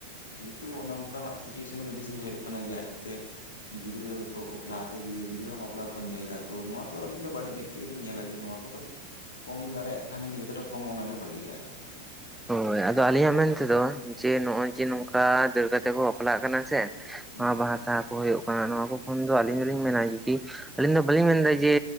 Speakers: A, on the left; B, in the centre.
A: ᱡᱮᱦᱮᱛᱩ ᱚᱱ ᱚᱱᱠᱟᱱᱟᱜ ᱥᱤᱪᱩᱭᱮᱥᱚᱱ ᱜᱮ ᱵᱮᱥᱤ ᱦᱩᱭᱩᱜ ᱠᱟᱱᱟ ᱡᱮ ᱟᱡᱛᱮ ᱜᱤᱫᱽᱨᱟᱹ ᱠᱚ ᱞᱟᱦᱟᱛᱮ ᱜᱤᱫᱽᱨᱟᱹ ᱦᱚᱸ ᱵᱟᱯᱞᱟ ᱠᱚ ᱧᱮᱞ ᱮᱫᱟ ᱾ ᱛᱚ ᱱᱚᱣᱟ ᱫᱚ ᱟᱹᱞᱤᱧ ᱫᱚ ᱵᱟᱹᱲᱤᱡ ᱢᱮᱫ ᱛᱮᱜᱮᱞᱤᱧ ᱧᱮᱞᱟ ᱡᱮ ᱱᱚᱣᱟ ᱠᱚᱫᱚ, ᱠᱚᱢ ᱫᱟᱲᱮᱭᱟᱜ ᱠᱷᱟᱱ ᱜᱮ ᱡᱚᱛᱚᱴᱟ ᱠᱚᱢᱚᱜᱼᱟ ᱚᱱᱟᱜᱮ ᱵᱷᱟᱜᱤᱜᱼᱟ ᱟᱨᱠᱤ ᱾
B: ᱦᱳᱭ ᱟᱫᱚ ᱟᱹᱞᱤᱧᱟᱜ ᱢᱮᱱᱛᱮᱫᱚ ᱡᱮ ᱱᱚᱜᱚᱭ ᱡᱮ ᱱᱚᱝᱠᱟ ᱫᱟᱹᱲ ᱠᱟᱛᱮ ᱠᱚ ᱵᱟᱯᱞᱟᱜ ᱠᱟᱱᱟ ᱥᱮ,
A: ᱦᱩᱸ
B: ᱚᱱᱟ ᱵᱟᱦᱟ ᱥᱟᱦᱟ ᱠᱚ ᱦᱩᱭᱩᱜ ᱠᱟᱱᱟ ᱱᱚᱣᱟ ᱠᱚ ᱠᱷᱳᱱ ᱫᱚ ᱟᱹᱞᱤᱧ ᱫᱚᱞᱤᱧ ᱢᱮᱱᱟ ᱡᱩᱫᱤ ᱟᱹᱞᱤᱧ ᱫᱚ ᱵᱟᱹᱞᱤᱧ ᱢᱮᱱᱫᱟ ᱡᱮ